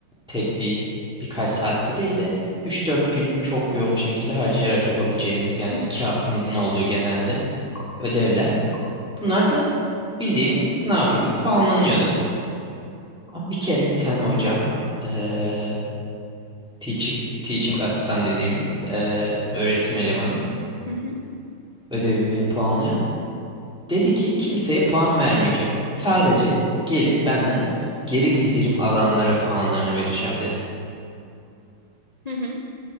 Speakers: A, in the centre; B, on the left.
A: tek bir birkaç saatte değil de üç dört gün çok yoğun bir şekilde harcayarak yapabileceğimiz yani
B: Hı
A: 2 haftamızın olduğu genelde ödevler. Bunlar da bildiğimiz sınav gibi puanlanıyordu. Ama bir kere bir tane hocam eee teaching, teaching asistan dediğimiz eee, öğretim elemanı
B: hı
A: ödevimi puanlayan dedi ki kimseye puan vermeyeceğim. Sadece gelip benden geri bildirim alanlara puanlarını vereceğim dedi.
B: hı hı.